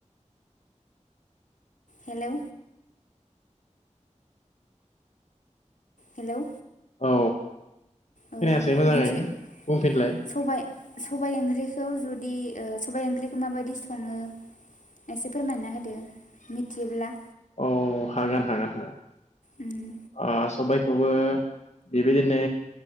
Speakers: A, on the left (about 85°); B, on the left (about 60°).
A: हेलौ हेलौ
B: औ
A: औ
B: खोनायासै मोजाङै
A: मिथियो
B: बुंफिनलाय
A: सबाय सबाय ओंख्रिखौ जुदि सबाय ओंख्रिखौ माबायदि सङो एसे फोरमायना होदो मिथियोब्ला।
B: औ हागोन हागोन हागोन।
A: उम
B: अ सबाय खौबो बेबायदिनो